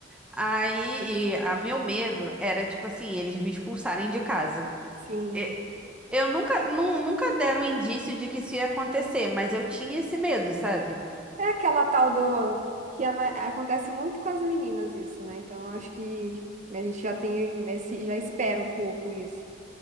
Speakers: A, in the centre; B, on the right.
A: Aí, e a meu medo era, tipo assim, eles me expulsarem de casa.
B: Sim.
A: E- Eu nunca, nu- nunca deram indício de que isso ia acontecer, mas eu tinha esse medo, sabe?
B: É aquela tal do que a ma- acontece muito com as meninas isso, né? Então, eu acho que a gente já tem esse, já espera um pouco isso.